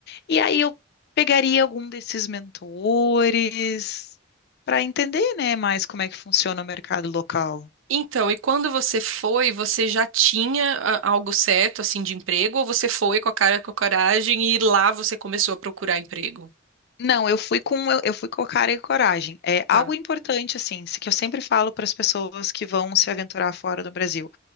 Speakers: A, on the left (about 55°); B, on the right (about 85°).
A: e aí eu pegaria algum desses mentores para entender, né, mais como é que funciona o mercado local.
B: Então, e quando você foi, você já tinha a- algo certo, assim, de emprego, ou você foi com a cara e com a coragem e lá você começou a procurar emprego?
A: Não, eu fui com eu, eu fui com cara e coragem. É algo
B: Tá.
A: importante assim, se- que eu sempre falo para as pessoas que vão se aventurar fora do Brasil.